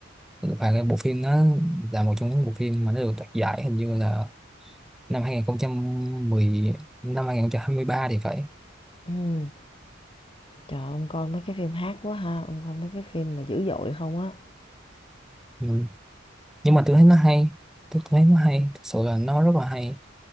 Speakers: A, in the centre; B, on the left (about 25°).
A: và cái bộ phim nó là một trong những bộ phim mà nó được đoạt giải hình như là năm 2010 năm 2023 thì phải
B: ừm trời ơi ông coi mấy cái phim hát quá ha ông coi mấy cái phim mà dữ dội không á
A: ừ. nhưng mà tôi thấy nó hay tôi thấy nó hay thật sự là nó rất là hay